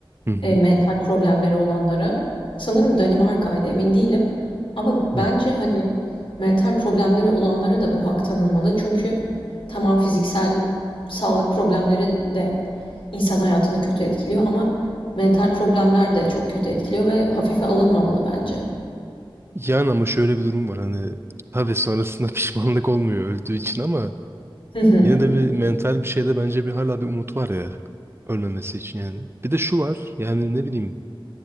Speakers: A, on the right; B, on the left.
A: Hı hı.
B: e, mental problemleri olanlara. Sanırım Danimarka'ydı emin değilim. Ama bence
A: Hı.
B: hani mental problemleri olanlara da bu hak tanınmalı. Çünkü tamam fiziksel sağlık problemleri de insan hayatını kötü etkiliyor ama mental problemler de çok kötü etkiliyor ve hafife alınmamalı bence.
A: Yani ama şöyle bir durum var hani tabii sonrasında <laughs> pişmanlık olmuyor öldüğü için ama
B: Hı hı.
A: yine de bir mental bir şeyde bence bir hala bir umut var ya ölmemesi için yani. Bir de şu var yani ne bileyim